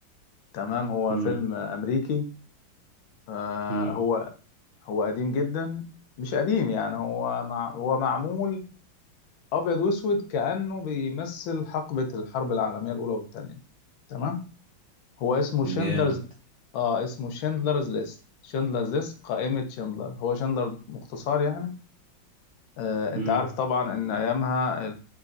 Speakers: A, on the left; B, on the right.
A: تمام هو
B: امم
A: فيلم آه، امريكي آه،
B: امم
A: هو هو قديم جدا مش قديم يعني هو مع هو معمول ابيض واسود كأنه بيمثل حقبة الحرب العالمية الاولى والثانية تمام هو اسمه شندلرز
B: جامد
A: اه اسمه شندلرز ليست شندلرز ليست قائمة شندلر هو شندلر مختصر يعني آه انت
B: امم
A: عارف طبعا ان ايامها